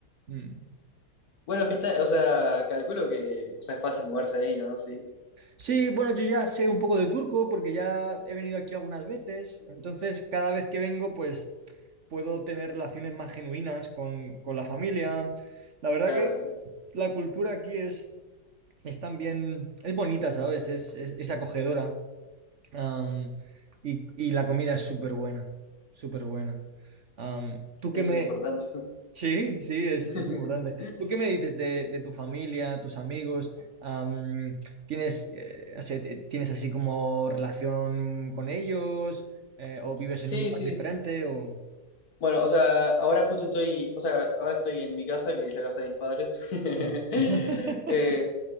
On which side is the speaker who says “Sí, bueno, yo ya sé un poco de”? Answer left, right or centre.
Right